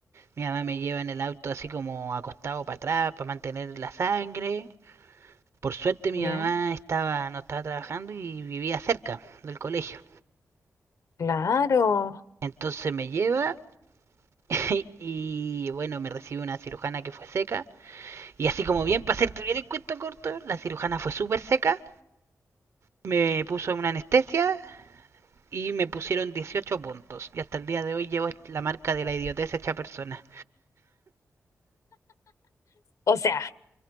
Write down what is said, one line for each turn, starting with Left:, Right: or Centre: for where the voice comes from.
Right: Mi mamá me lleva en el auto así como acostado para atrás para mantener la sangre Por suerte mi
Left: Ya,
Right: mamá estaba, no estaba trabajando y vivía cerca del colegio.
Left: claro.
Right: Entonces me lleva <laughs> y y bueno, me recibe una cirujana que fue seca. Y así como bien, para hacerte bien el cuento corto, la cirujana fue súper seca. Me puso una anestesia y me pusieron 18 puntos. Y hasta el día de hoy llevo la marca de la idiotez hecha persona.
Left: O sea,